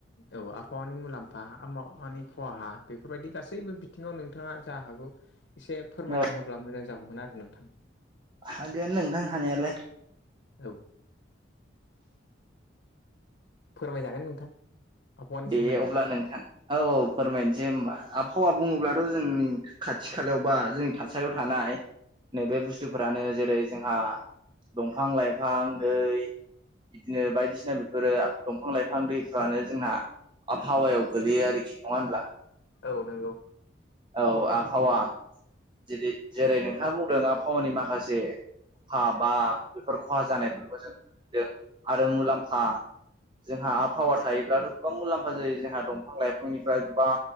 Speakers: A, on the left; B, on the right.
A: औ आबहावानि मुलाम्फा आबहानि खहा बेफोरबायदि गासैबो बिथिङाव नोंथाङा जा हागौ एसे फोरमायना
B: औ
A: होब्ला मोजां जागौमोन आरो नोंथां।
B: हागोन नोंथां हानायालाय।
A: औ। फोरमायजागोन नोंथां। आबहावानि
B: दे
A: सोमोन्दै
B: अब्ला नोंथां। औ औ फोरमायनोसै होमबा आबहावा बुङोब्लाथ' जोंनि खाथि खालायाव बा जोंनि थासारियाव थानाय ओ नैबे बुस्थुफोरानो जेरै जोंहा दंफां-लाइफां दै बिदिनो बायदिसिना बेफोरो दंफां लाइफां दैफ्रानो जोंहा आबहावायाव गोगलैयो आरोखि नङा होनब्ला?
A: औ नंगौ।
B: औ आबहावा जे जेरै नोंथाङा बुंदों आबहावानि माखासे खहा बा बेफोर खहा जानायफोरखौ जों नुनो मोनदों आरो मुलाम्फा जोंहा आबहावा थायोब्लाथ' गोबां मुलाम्फा जायो जोंहा दंफां-लाइफांनिफ्राय गोबां।